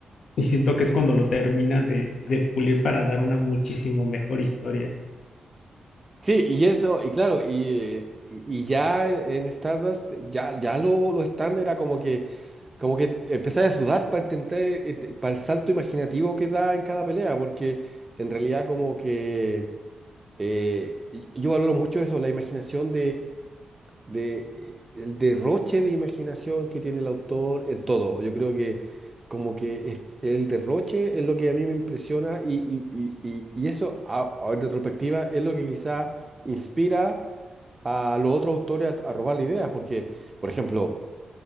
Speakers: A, on the left; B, on the right.
A: y siento que es cuando lo termina de, de pulir para dar una muchísimo mejor historia.
B: Sí, y eso, y claro, y, y, y ya en Stardust, ya, ya lo, lo stand era como que, como que empezaba a sudar para intentar, este, para el salto imaginativo que da en cada pelea, porque en realidad como que eh, y- yo valoro mucho eso, la imaginación de eh, el derroche de imaginación que tiene el autor en todo. Yo creo que como que es- el derroche es lo que a mí me impresiona y, y, y, y- y eso a- a- en retrospectiva es lo que quizá inspira a los otros autores a, a robar ideas, porque, por ejemplo,